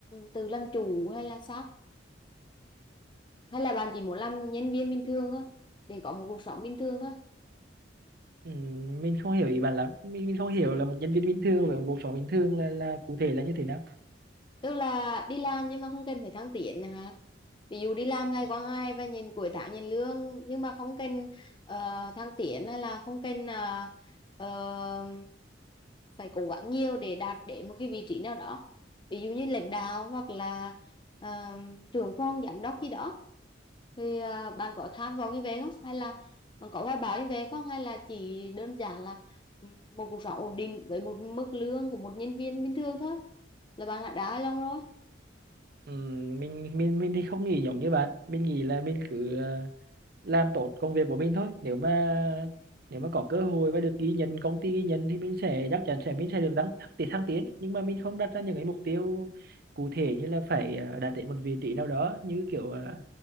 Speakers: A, on the left (about 25°); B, on the right (about 50°).
A: tự làm chủ hay là sao? Hay là bạn chỉ muốn làm nhân viên bình thường thôi để có một cuộc sống bình thường thôi?
B: Ừ, mình không hiểu ý bạn lắm mình mình không hiểu là một nhân viên bình thường và một cuộc sống bình thường là là cụ thể là như thế nào
A: tức là đi làm nhưng mà không cần phải thăng tiến nữa hả ví dụ đi làm ngày qua ngày và nhìn cuối tháng nhìn lương nhưng mà không cần ờ, thăng tiến hay là không cần ờ, ờ, phải cố gắng nhiều để đạt đến một cái vị trí nào đó ví dụ như lãnh đạo hoặc là ờ, trưởng phòng giám đốc gì đó thì ờ, bạn có tham vọng như vậy không hay là bạn có hoài bão như vậy không hay là chỉ đơn giản là ừ, một cuộc sống ổn định với một mức lương của một nhân viên bình thường thôi là bạn đã đá long rồi
B: ừ, mình mình mình thì không nghĩ giống như bạn mình nghĩ là mình cứ ờ, làm tốt công việc của mình thôi nếu mà nếu mà có cơ hội và được ghi nhận công ty ghi nhận thì mình sẽ chắc chắn sẽ mình sẽ được đăng thăng tiến thăng tiến nhưng mà mình không đặt ra những cái mục tiêu cụ thể như là phải ờ, đạt đến một vị trí nào đó như kiểu ờ,